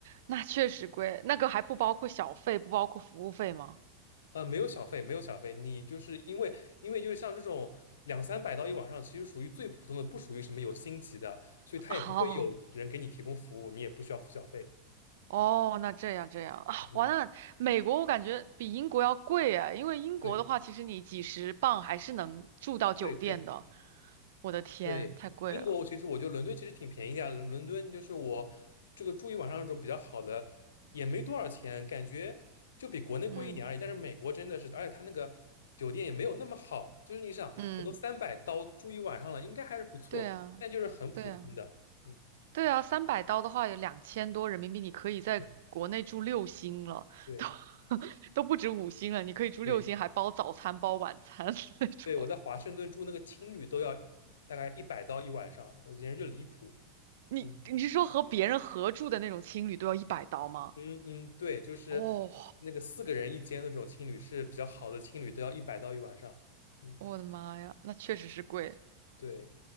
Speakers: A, on the right; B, on the left.
A: 那确实贵，那个还不包括小费，不包括服务费吗？
B: 呃，没有小费，没有小费，你就是因为因为就是像这种两三百到一晚上，其实属于最普通的，不属于什么有星级的，所以他也不会有人给你提供服务，
A: 哦。
B: 你也不需要付小费。
A: 哦，那这样这样啊，
B: 嗯，
A: 完了，那美国我感觉比英国要贵啊，因为英国的话，
B: 对
A: 其实你几十磅还是能住到酒店的。
B: 对对
A: 我的天，
B: 对，
A: 太贵了。
B: 英国其实我觉得伦敦其实挺便宜的呀伦伦敦就是我这个住一晚上那种比较好的，也没多少钱，感觉就比国内贵一点而已。
A: 嗯
B: 但是美国真的是，而且他那个酒店也没有那么好，就是你想，
A: 嗯，
B: 我都三百刀住一晚上了，应该还是不错，
A: 对啊对啊
B: 但就是很普通的。嗯。
A: 对啊，三百刀的话有两千多人民币，你可以在国内住六星了，
B: 对对
A: 都 <laughs> 都不止五星了，你可以住六星，
B: 对
A: 还包早餐包晚餐 <laughs> 那种。
B: 对，我在华盛顿住那个青旅都要大概一百刀一晚上，呃简直就离谱。
A: 你你是说和别人合住的那种青旅都要一百刀吗？
B: 嗯嗯嗯，对，就是
A: 哦，
B: 那个四个人一间那种青旅是比较好的青旅，都要一百刀一晚上。嗯，
A: 我的妈呀，那确实是贵。
B: 对。